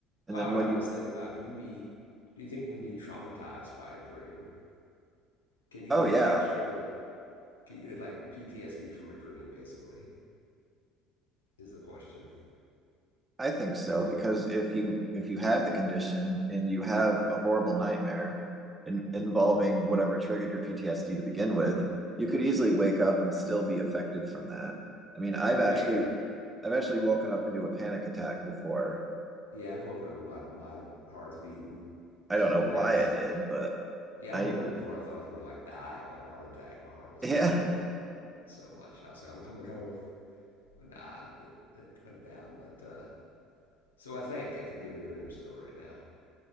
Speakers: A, on the right; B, on the left.
A: and
B: Oh
A: then
B: no,
A: when
B: I
A: you
B: was thinking about can you be do you think you can be traumatized by a dream? Can you
A: Oh
B: get
A: yeah.
B: actual can you get like PTSD from a dream basically is the question.
A: I think so because if you if you have the condition and you have a horrible nightmare in, involving whatever triggered your PTSD to begin
B: Right.
A: with, you could easily wake up and still be affected from that. I mean,
B: Because
A: I've
B: what I'm
A: actually
B: thinking
A: I've actually woken up into a panic attack before.
B: yeah, I've woken up with my my heart's beating
A: I
B: super
A: don't know
B: fast.
A: why I did, but
B: Yeah,
A: I
B: I've woken up before I thought I was gonna like die of like a heart attack. My heart was
A: <laughs>
B: pounding
A: yeah.
B: so much. I was like, I'm coming home, but nah, it, it went down. But uh, so I think I could be in a dream still right now.